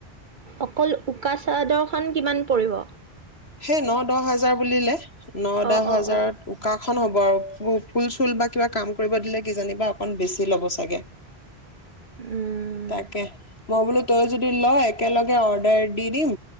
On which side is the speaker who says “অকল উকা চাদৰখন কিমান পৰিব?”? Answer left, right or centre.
Right